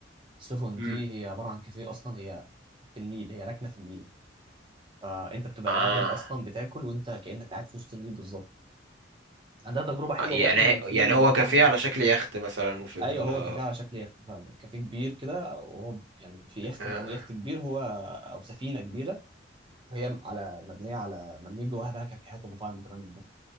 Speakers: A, on the right; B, on the right.
A: السفن
B: مم.
A: دي هي عباره عن كافيه اصلا هي في النيل هي راكنه في النيل فانت بتبقى
B: اه
A: قاعد اصلا بتاكل وانت كانك قاعد في وسط النيل بالظبط عندها تجربه حلوه
B: يعني
A: برضو ان في
B: يعني هو
A: مطعم
B: كافيه على شكل يخت مثلا في ال
A: ايوه هو
B: آه.
A: كافيه على شكل يخت فعلا كافيه كبير كده وهو يعني في يخت
B: آه.
A: معمول يخت كبير هو او سفينه كبيره وهي على مبنيه على مبنيه جواها بقى كافيهات ومطاعم وكلام من ده